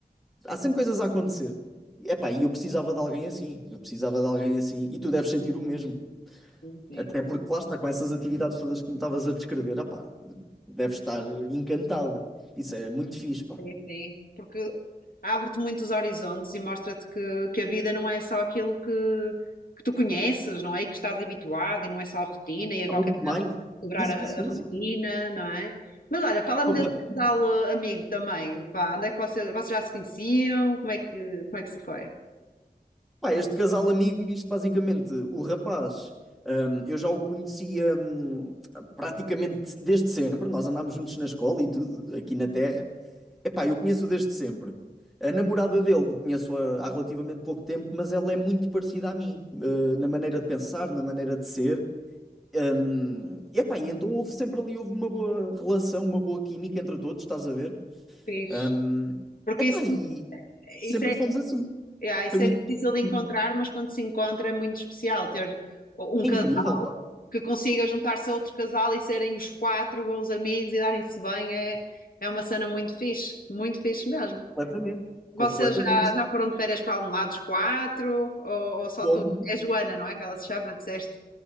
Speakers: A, in the centre; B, on the left.
A: há sempre coisas a acontecer. Epá, e eu precisava de alguém assim, eu precisava de alguém assim, e tu deves sentir o mesmo.
B: Sim, sim,
A: Até porque lá está, com essas atividades todas que me estavas a descrever, opá, deves estar encantada. Isso é muito fixe, pá.
B: sim. sim. Porque abre-te muitos horizontes e mostra-te que, que a vida não é só aquilo que, que tu conheces, não é? E que estás habituado e não é só a rotina e a
A: Há
B: qualquer
A: muito mais.
B: momento quebrar
A: Sim,
B: a,
A: sim,
B: a rotina,
A: sim. sim.
B: não é? Mas olha, fala-me
A: Completo.
B: desse casal eh, amigo também, pá, onde é que vocês, vocês já se conheciam? Como é que, como é que se foi?
A: Pá, este casal amigo, isto basicamente, o rapaz, hum, eu já o conhecia hum, praticamente desde sempre, nós andámos juntos na escola e tudo, aqui na Terra. Epá, eu conheço-o desde sempre. A namorada dele conheço-a há relativamente pouco tempo, mas ela é muito parecida a mim, eh, na maneira de pensar, na maneira de ser. Hum, epá, e então houve sempre ali, houve uma boa relação, uma boa química entre todos, estás a ver?
B: Fixe.
A: Hum,
B: Porque
A: epá,
B: isso,
A: e sempre
B: isso é,
A: fomos assim.
B: é, isso
A: Foi muito
B: é difícil de encontrar,
A: <laughs>
B: mas quando se encontra é muito especial ter um
A: é
B: casal
A: incrível, pá.
B: que consiga juntar-se a outro casal e serem os quatro bons amigos e darem-se bem é, é uma cena muito fixe, muito fixe mesmo.
A: Completamente,
B: Vocês
A: completamente.
B: já, já foram de férias para algum lado os quatro? Ou, ou só
A: Como?
B: tu? É Joana, não é? Que ela se chama, disseste.